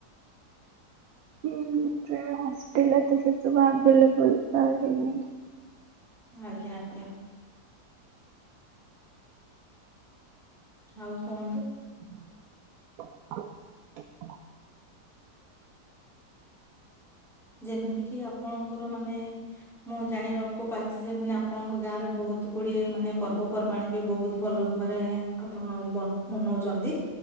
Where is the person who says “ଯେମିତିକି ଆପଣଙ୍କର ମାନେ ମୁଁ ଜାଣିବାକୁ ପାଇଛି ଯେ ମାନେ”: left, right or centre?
Centre